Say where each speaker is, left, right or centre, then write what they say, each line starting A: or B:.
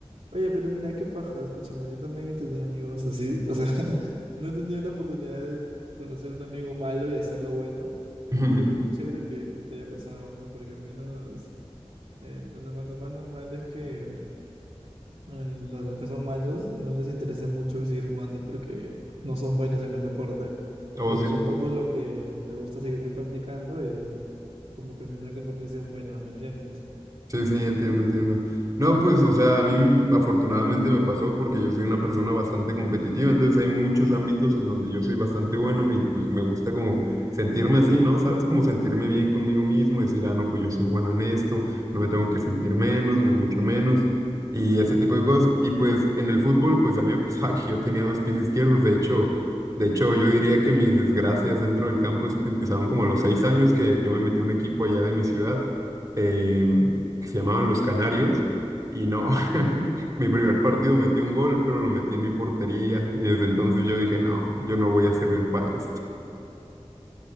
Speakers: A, on the right (about 75°); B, on the right (about 30°).
A: Oye, pero mira, qué paja, escúchame, yo también he tenido amigos así, o sea, <laughs> no he tenido la oportunidad de conocer un amigo malo y hacerlo bueno, eh,
B: <laughs>
A: pero qué chévere que te haya pasado, ¿no? Porque al menos eh, lo normal, lo más normal es que en la- Los que son malos no les interesa mucho seguir jugando porque no son buenos en el deporte,
B: Oh,
A: pero
B: sí.
A: son pocos los que les gusta seguir practicando y como que al final convertirse en buenos, ¿me entiendes?
B: Sí, sí, entiendo, entiendo. No, pues, o sea, a mí mm, afortunadamente me pasó porque yo soy una persona bastante competitiva, entonces hay muchos ámbitos en donde yo soy bastante bueno y pues me gusta como sentirme así, ¿no? ¿Sabes? Como sentirme bien conmigo mismo, decir, ah, no, pues yo soy bueno en esto, no me tengo que sentir menos, ni mucho menos, y ese tipo de cosas. Y pues en el fútbol, pues a mí me pasaba <laughs> que yo tenía dos pies izquierdos, de hecho, de hecho, yo diría que mis desgracias dentro del campo es- empezaron como a los seis años que yo me metí a un equipo allá de mi ciudad. em, que se llamaban Los Canarios, y no, <laughs> mi primer partido metí un gol, pero lo metí en mi portería, y desde entonces yo dije, no, yo no voy a servir para esto.